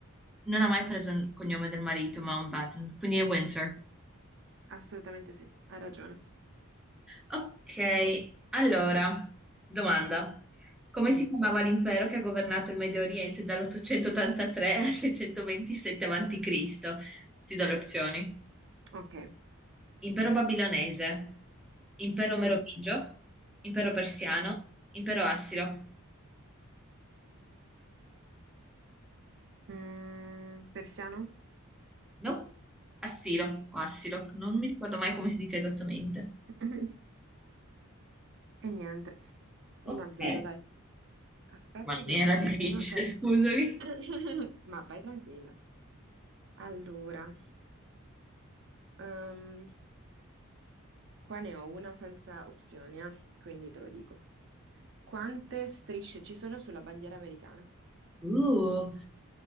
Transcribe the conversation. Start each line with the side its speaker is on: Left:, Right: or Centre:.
Centre: non ha mai preso il cognome del marito Mountbatten, quindi è Windsor.
Right: Assolutamente sì, hai ragione.
Centre: Ok, allora, domanda. Come
Right: Mm,
Centre: si chiamava l'impero che ha governato il Medio Oriente dall'883 al 627 a.C.? Ti do le opzioni.
Right: ok.
Centre: Impero babilonese, impero
Right: Mm,
Centre: merovingio, impero persiano,
Right: mm.
Centre: impero assiro.
Right: Mm, persiano? <laughs>
Centre: No, assiro o assiro, non mi ricordo mai come si dica esattamente.
Right: <clears throat> E niente.
Centre: Ok,
Right: 1-0, dai. Aspetta
Centre: ma
Right: che
Centre: mi era
Right: trovo
Centre: difficile,
Right: uno che abbia...
Centre: <laughs> scusami.
Right: <coughs> Ma vai tranquilla. Allora, ehm, qua ne ho una senza opzioni, eh, quindi te lo dico. Quante strisce ci sono sulla bandiera americana?
Centre: Uh,